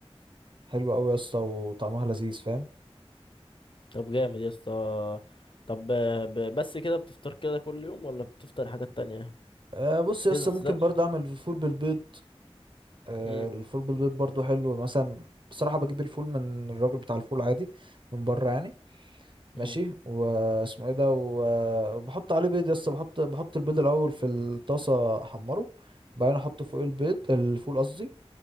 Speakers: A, on the right (about 50°); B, on the left (about 55°).
A: حلوه قوي يا اسطى وطعمها لذيذ فاهم
B: طب جامد يا اسطى طب ب... بس كده بتفطر كده كل يوم ولا بتفطر حاجات تانية؟
A: أه بص يا
B: لازم
A: اسطى
B: متزهقش؟
A: ممكن برضه اعمل فول بالبيض أه
B: مم،
A: الفول بالبيض برضه حلو مثلا بصراحه بجيب الفول من الراجل بتاع الفول عادي من بره يعني
B: مم.
A: ماشي واسمه ايه ده و- وبحط عليه بيض يس بحط بحط البيض الاول في الطاسه احمره بعدين احط فوق البيض الفول قصدي